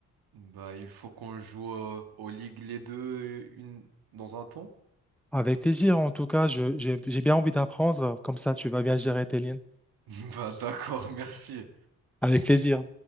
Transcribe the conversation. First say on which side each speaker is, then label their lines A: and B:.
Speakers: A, on the right; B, in the centre.
A: Bah, il faut qu'on joue euh, aux ligues les deux une... dans un temps?
B: Avec plaisir, en tout cas, je- j'ai j'ai bien envie d'apprendre. Comme ça, tu vas bien gérer tes lignes.
A: <laughs> Bah, d'accord, merci.
B: Avec plaisir.